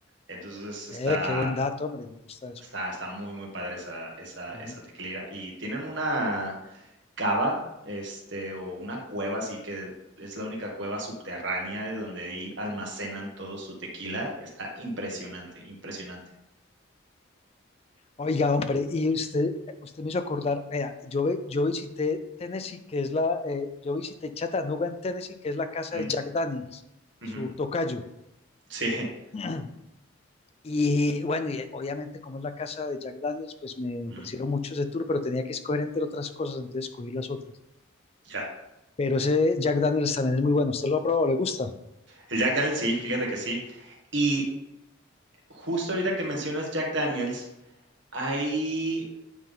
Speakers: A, on the right; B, on the left.
A: Entonces, está
B: Eh, qué buen dato, hombre, me gusta eso.
A: está está muy, muy padre esa esa
B: Ujú.
A: esa tequilera. Y tienen una cava, este, o una cueva, así que es la única cueva subterránea de donde ahí almacenan todo su tequila. Está impresionante, impresionante.
B: Oiga, hombre, y usted, usted me hizo acordar, vea, yo, ve- yo visité Tennessee, que es la, eh, yo visité Chattanooga en Tennessee, que es la casa
A: Mm.
B: de Jack Daniels, su
A: Ujú.
B: tocayo.
A: Sí, <laughs>
B: <clears throat> Y bueno, y eh, obviamente como es la casa de Jack Daniels, pues me ofrecieron
A: mm,
B: mucho ese tour, pero tenía que escoger entre otras cosas, entonces escogí las otras.
A: ya.
B: Pero ese Jack Daniels también es muy bueno, ¿usted lo ha probado? ¿Le gusta?
A: El Jack Daniels sí, fíjate que sí. Y justo ahorita que mencionas Jack Daniels, hay